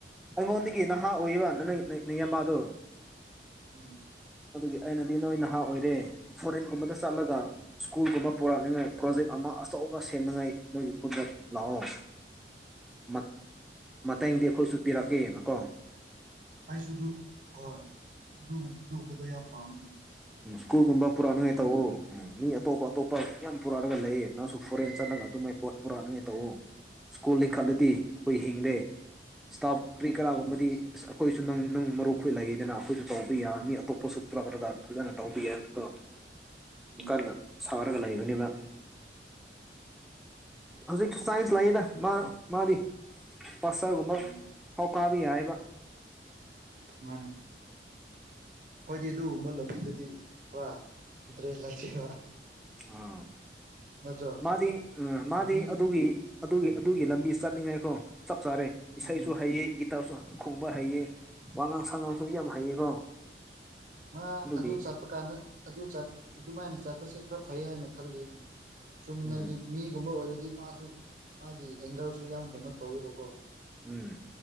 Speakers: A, in the centre; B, on the right (about 45°).
A: ꯑꯩꯉꯣꯟꯗꯒꯤ ꯅꯍꯥ ꯑꯣꯏꯌꯦꯕ ꯅꯅꯩꯅꯩ ꯅꯌꯥꯝꯕꯗꯣ
B: ꯎꯝ
A: ꯑꯗꯨꯒꯤ ꯑꯩꯅꯗꯤ ꯅꯣꯏ ꯅꯍꯥ ꯑꯣꯏꯔꯦ ꯐꯣꯔꯦꯟꯒꯨꯝꯕꯗ ꯆꯠꯂꯒ ꯁ꯭ꯀꯨꯜꯒꯨꯝꯕ ꯄꯨꯔꯛꯅꯤꯉꯥꯏ ꯄ꯭ꯔꯣꯖꯦꯛ ꯑꯃ ꯑꯆꯧꯕ ꯁꯦꯝꯅꯉꯥꯏ ꯅꯣꯏꯒꯤ ꯈꯨꯟꯗ ꯂꯥꯛꯑꯣ ꯃꯠ ꯃꯇꯦꯡꯗꯤ ꯑꯩꯈꯣꯏꯁꯨ ꯄꯤꯔꯛꯀꯦ ꯅꯀꯣ
B: ꯑꯩꯁꯨ ꯗꯨ ꯍꯣꯏ ꯑꯗꯨ ꯑꯗꯨꯒꯨꯝꯕꯗꯣ ꯌꯥꯝ ꯄꯥꯝꯃꯦꯅꯦ
A: ꯎꯝ ꯁ꯭ꯀꯨꯜꯒꯨꯝꯕ ꯄꯨꯔꯥꯅꯤꯡꯉꯥꯏ ꯇꯧꯑꯣ ꯃꯤ ꯑꯇꯣꯞ ꯑꯇꯣꯞ ꯄ ꯌꯥꯝ ꯄꯨꯔꯛꯑꯒ ꯂꯩꯌꯦ ꯅꯪꯁꯨ ꯐꯣꯔꯦꯟ ꯆꯠꯅꯒ ꯑꯗꯨꯃꯥꯏ ꯄꯣꯠ ꯄꯨꯔꯛꯅꯤꯡꯉꯥꯏ ꯇꯧꯋꯣ ꯁ꯭ꯀꯨꯜ ꯂꯤꯡꯈꯠꯂꯗꯤ ꯈꯣꯏ ꯍꯤꯡꯂꯦ ꯏꯁꯇꯥꯐ ꯀꯔꯤ
B: ꯎꯝ
A: ꯀꯔꯥꯒꯨꯝꯕꯗꯤ ꯑꯁ ꯑꯩꯈꯣꯏꯁꯨ ꯅꯪ ꯅꯪ ꯃꯔꯨꯞꯈꯣꯏ ꯂꯩꯌꯦꯗꯅ ꯑꯩꯈꯣꯏꯁꯨ ꯇꯧꯕ ꯌꯥꯔꯅꯤ ꯑꯇꯣꯞꯄꯁꯨ ꯄꯨꯔꯛꯄꯗꯀ ꯐꯖꯅ ꯇꯧꯕ ꯌꯥꯏꯅꯀꯣ ꯗꯨꯀꯥꯟꯗ
B: ꯎꯝ
A: ꯁꯥꯎꯔꯒ ꯂꯩꯕꯅꯦꯕ ꯍꯧꯖꯤꯛꯁꯨ ꯁꯥꯏꯟꯁ ꯂꯩꯌꯦꯗ ꯃꯥ ꯃꯥꯗꯤ ꯄꯥꯁꯇꯔ ꯒꯨꯝꯕ
B: ꯎꯝ
A: ꯐꯧ ꯀꯥꯕ ꯌꯥꯏꯌꯦꯕ
B: ꯃꯥꯅꯦ ꯈꯣꯏꯗꯤ ꯑꯗꯨꯒꯨꯝꯕ ꯂꯝꯕꯤꯗꯗꯤ ꯄꯨꯔꯥ ꯏꯟꯇꯔꯦꯁ ꯂꯩꯇꯦꯕ
A: ꯑꯥ
B: ꯅꯠꯇ꯭ꯔꯣ
A: ꯃꯥꯗꯤ ꯎꯝ ꯃꯥꯗꯤ
B: ꯃꯤ
A: ꯑꯗꯨꯒꯤ ꯑꯗꯨꯒꯤ ꯑꯗꯨꯒꯤ ꯂꯝꯕꯤ ꯆꯠꯅꯤꯡꯉꯥꯏꯀꯣ ꯆꯞ ꯆꯥꯔꯦ ꯏꯁꯩꯁꯨ
B: ꯎꯝ
A: ꯍꯩꯌꯦ ꯒꯤꯠ ꯇꯔꯁꯨ ꯈꯣꯡꯕ ꯍꯩꯌꯦ ꯋꯥꯉꯥꯡ ꯁꯉꯥꯡꯁꯨ ꯌꯥꯝ ꯍꯩꯌꯦꯀꯣ
B: ꯃꯥ
A: ꯑꯗꯨꯒꯤ
B: ꯑꯗꯨ ꯆꯠꯄ ꯀꯥꯟꯗ ꯑꯗꯨ ꯆꯠ ꯑꯗꯨꯃꯥꯏꯅ ꯆꯠꯄꯁꯦ ꯈꯔ ꯐꯩ ꯍꯥꯏꯅ ꯈꯜꯂꯤ ꯑꯩꯗꯤ ꯆꯨꯝꯅꯒꯤ
A: ꯎꯝ
B: ꯃꯤꯒꯨꯝꯕ ꯑꯣꯏꯔꯗꯤ ꯃꯥꯁꯨ ꯃꯥꯒꯤ ꯑꯦꯡꯒꯔꯁꯨ ꯌꯥꯝ ꯀꯩꯅꯣ ꯇꯧꯌꯦꯕꯀꯣ
A: ꯎꯝ